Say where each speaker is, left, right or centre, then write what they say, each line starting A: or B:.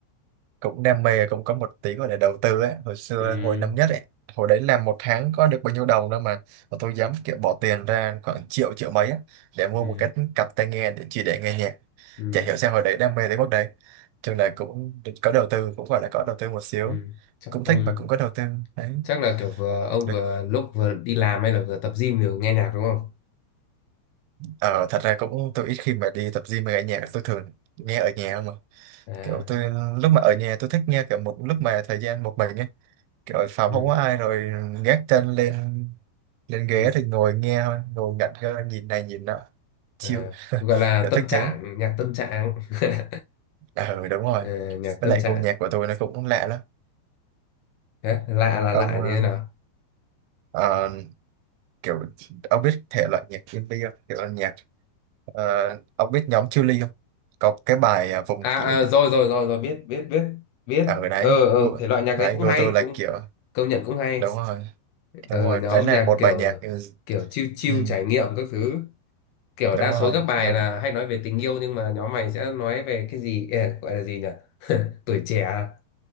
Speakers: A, on the right; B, on the left.
A: cũng đam mê cũng có một tí gọi là đầu tư ấy. Hồi xưa
B: Ừ,
A: hồi năm nhất ấy, hồi đấy làm một tháng có được bao nhiêu đồng đâu mà mà tôi dám kiểu bỏ tiền ra khoảng triệu triệu mấy á, để mua
B: ừ,
A: một cái cặp tai nghe để chỉ để nghe nhạc.
B: ừ,
A: Chả hiểu sao hồi đấy đam mê tới mức đấy. trường này cũng có đầu tư cũng gọi là có đầu tư một xíu
B: ừ. Chắc,
A: cũng thích
B: ừ.
A: và cũng có đầu tư đấy
B: Chắc là kiểu vừa ông
A: được
B: vừa lúc vừa đi làm hay là vừa tập gym đều nghe nhạc đúng không?
A: ờ, thật ra cũng tôi ít khi mà đi tập gym mà nghe nhạc tôi thường nghe ở nhà mà
B: À,
A: kiểu tôi lúc mà ở nhà tôi thích nghe kiểu một lúc mà thời gian một mình ấy kiểu ở phòng
B: ừ,
A: không có ai rồi gác chân lên lên ghế
B: ừ.
A: thì ngồi nghe thôi ngồi ngẩn ngơ nhìn này nhìn nọ chill
B: À, gọi
A: <laughs>
B: là
A: kiểu
B: tâm
A: thích
B: trạng,
A: thế
B: nhạc tâm trạng. <laughs>
A: ờ đúng rồi
B: Ờ, nhạc
A: với
B: tâm
A: lại
B: trạng.
A: gu nhạc của tôi nó cũng lạ lắm
B: Đấy, lạ là lạ
A: ông ờ,
B: như thế nào?
A: ờ, kiểu ông biết thể loại nhạc indie không? kiểu nhạc Ờ, ông biết nhóm Chillies không? Có cái bài à, vùng
B: À,
A: ký
B: à
A: ức ấy.
B: rồi rồi rồi rồi biết biết biết biết.
A: ở đấy,
B: Ờ ờ
A: Gu-
B: thể loại nhạc
A: đấy
B: đấy cũng
A: Go
B: hay,
A: tôi là
B: cũng
A: kiểu
B: công nhận cũng hay.
A: đúng rồi, đúng
B: ừ,
A: rồi,
B: nhóm
A: đấy là
B: nhạc
A: một
B: kiểu
A: bài nhạc ừ,
B: kiểu chill chill
A: ừ,
B: trải nghiệm các thứ kiểu
A: đúng
B: đa số
A: rồi,
B: các bài
A: nhưng
B: là hay nói về tình yêu nhưng mà nhóm mày sẽ nói về cái gì Ê, gọi là gì nhỉ <laughs> tuổi trẻ à?